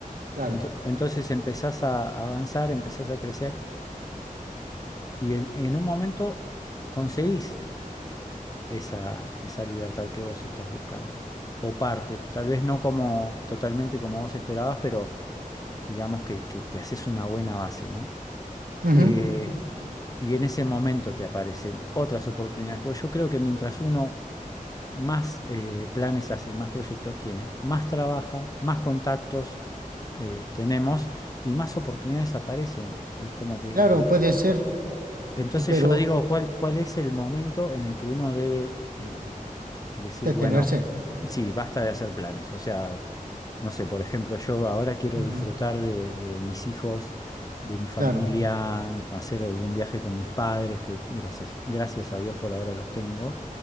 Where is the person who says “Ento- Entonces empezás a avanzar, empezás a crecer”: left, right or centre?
Left